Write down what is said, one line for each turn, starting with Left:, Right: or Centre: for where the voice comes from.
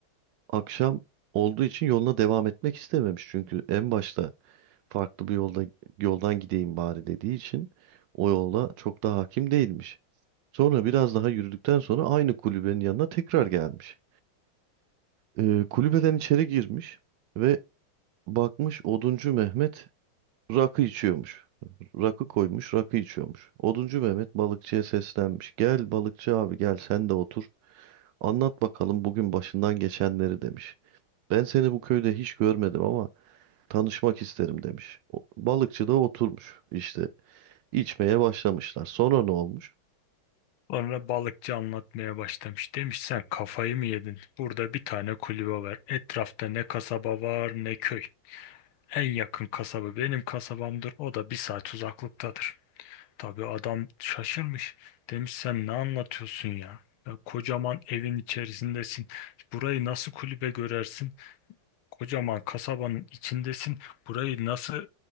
Right: akşam olduğu için yoluna devam etmek istememiş. Çünkü en başta farklı bir yolda yoldan gideyim bari dediği için o yola çok da hakim değilmiş. Sonra biraz daha yürüdükten sonra aynı kulübenin yanına tekrar gelmiş. Ee, kulübeden içeri girmiş ve bakmış Oduncu Mehmet rakı içiyormuş. Rakı koymuş, rakı içiyormuş. Oduncu Mehmet balıkçıya seslenmiş. Gel balıkçı abi gel sen de otur. Anlat bakalım bugün başından geçenleri demiş. Ben seni bu köyde hiç görmedim ama Tanışmak isterim demiş. O- Balıkçı da oturmuş işte içmeye başlamışlar. Sonra ne olmuş?
Left: Sonra balıkçı anlatmaya başlamış. Demiş sen kafayı mı yedin? Burada bir tane kulübe var. Etrafta ne kasaba var ne köy. En yakın kasaba benim kasabamdır. O da bir saat uzaklıktadır. Tabii adam şaşırmış. Demiş sen ne anlatıyorsun ya? Ya kocaman evin içerisindesin. Burayı nasıl kulübe görersin? Kocaman kasabanın içindesin. Burayı nasıl